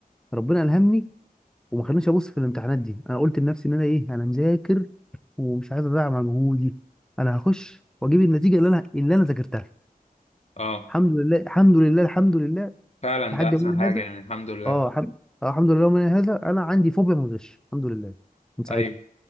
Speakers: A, in the centre; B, on the left.
A: ربنا الهمني وما خلانيش ابص في الامتحانات دي انا قلت لنفسي ان انا ايه انا مذاكر ومش عايز اضيع مجهودي انا هخش واجيب النتيجه اللي انا اللي انا ذاكرتها
B: اه
A: الحمد لله الحمد لله الحمد لله
B: فعلا
A: لحد
B: ده احسن
A: يومنا
B: حاجة
A: هذا
B: يعني الحمد لله
A: اه الحمد اه الحمد لله يومنا هذا انا عندي فوبيا من الغش الحمد لله من ساعتها
B: ايوه